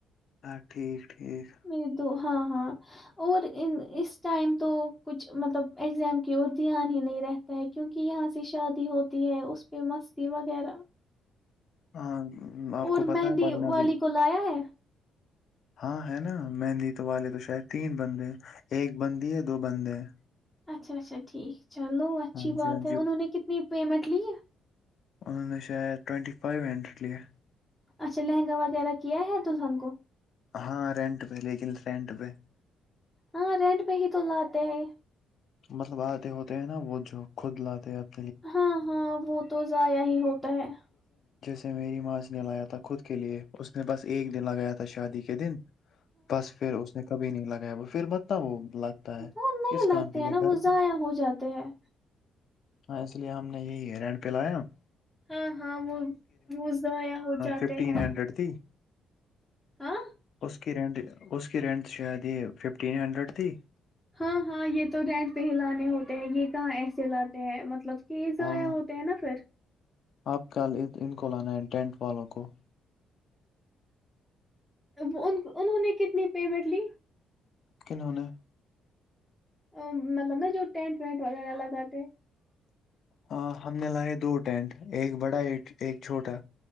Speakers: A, on the left; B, in the centre.
A: ہاں ٹھیک ٹھیک
B: م دوو <unintelligible> ہاں ہاں اور اس ٹائم تو کچھ مطلب ایگزام کی اور دھیان ہی نہیں رہتا ہے کیوںکہ یہاں سے شادی ہوتی ہے اس پہ مستی وغیرہ
A: ہاں آپ
B: اور
A: کو پتہ
B: مہندی
A: ہے پڑھنا
B: والی
A: بھی
B: کو لایا ہے
A: ہاں ہے نا مہندی تو والے تو شاید تین بندے ایک بندی ہے دو بندے ہیں
B: اچھا اچھا ٹھیک چلو اچھی
A: ہاں
B: بات
A: جی ہاں
B: ہے انہوں نے کتنی پیمنٹ لی
A: انوں شاید ٹوئونٹی فائیو ہنڈریڈ یہے
B: اچھا لہنگا وغیرہ کیا ہے دلہن کو
A: ہاں رینٹ پہ لیکن رینٹ پہ
B: ہاں رینٹ پہ ہی تو لاتے ہیں
A: مطلب آتے ہوتے ہیں نا وہ جو خود لاتے ہیں آپ
B: ہاں ہاں وہ تو ضایا ہی ہوتا ہے <unintelligible>
A: سے میری ماں سے نے لایا تھا خود کے لیے اس نے بس ایک دن لگایا تھا شادی کے دن بس پھر اس نے کبھی نہیں لگا وہ پھر متتا وہ <unintelligible> ہے
B: وہ نہیں
A: کس کام
B: لگتے
A: کے لیے
B: ہیں نا
A: گھر
B: وہ
A: پہ
B: ضائع ہو جاتے ہیں
A: ہاں اس لیے ہم نے یہی ہے ر پ لیا <unintelligible>
B: ہاں ہاں وہ وہ ضائع ہو جاتے
A: ففٹین
B: ہیں
A: ہنڈریڈ تھی
B: ہاں
A: اس رینٹ اس کی رینٹ شاید یہ ففٹین ہنڈریڈ تھی
B: ہاں ہاں یہ تو رینٹ پہ ہی لانے ہوتے ہیں یہ کہاں ایسے لاتے ہیں مطلب یہ ضایاع
A: ہاں
B: ہوتے ہیں نا پھر
A: آپ کل ان کو لانا ہے ٹینٹ والوں کو
B: ا ان <inaudible> انہوں نے کتنی پیمنٹ لی
A: کنہوں نے
B: ا مطلب نا جو ٹینٹ وینٹ وغیرہ لگاتے
A: ہاں ہم نے لائے دو ٹینٹ ایک بڑا ایک ایک چھوٹا